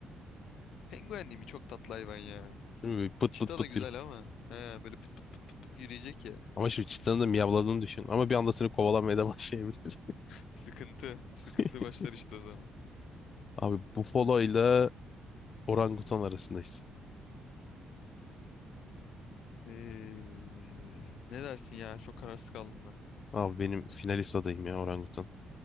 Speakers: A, on the left (about 70°); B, on the left (about 40°).
A: Penguen değil mi? Çok tatlı hayvan ya.
B: Değil mi? Böyle Pıt
A: Çita
B: pıt pıt
A: da güzel
B: yürü.
A: ama. He, böyle pıt pıt pıt pıt pıt yürüyecek ya.
B: Ama şimdi çitanın da miyavladığını düşün. Ama bir anda seni kovalamaya da başlayabilir.
A: <laughs> Sıkıntı. Sıkıntı
B: <laughs>
A: başlar işte o zaman.
B: Abi bufalo ile orangutan arasındayız.
A: Ee, ne dersin ya? Çok kararsız kaldım ben.
B: Abi benim finalist adayım ya orangutan.